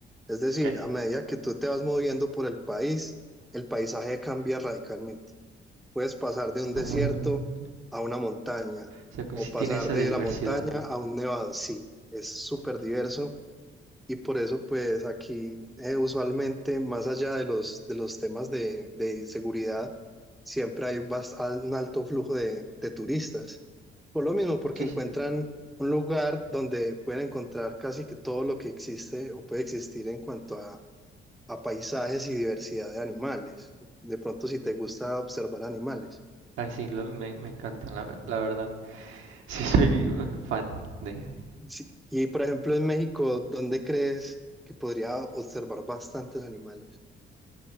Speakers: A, in the centre; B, on the right.
A: Es decir,
B: Ok.
A: a medida que tú te vas moviendo por el país, el paisaje cambia radicalmente. Puedes pasar de un
B: Ah,
A: desierto a una montaña
B: O sea, que
A: o
B: sí
A: pasar
B: tiene esa
A: de
B: diversidad.
A: la montaña a un nevado. Sí, es súper diverso Y por eso, pues aquí eh, usualmente, más allá de los, de los temas de, de seguridad, siempre hay bas- al- un alto flujo de, de turistas. Por lo mismo, porque
B: Sí,
A: encuentran
B: sí.
A: un lugar donde pueden encontrar casi que todo lo que existe o puede existir en cuanto a, a paisajes y diversidad de animales. De pronto, si te gusta observar animales.
B: Ay, sí, lo- me, me encantan, la, ver- la verdad. <laughs> Sí, soy uh, fan de
A: Sí, Y por ejemplo, en México, ¿dónde crees que podría observar bastantes animales?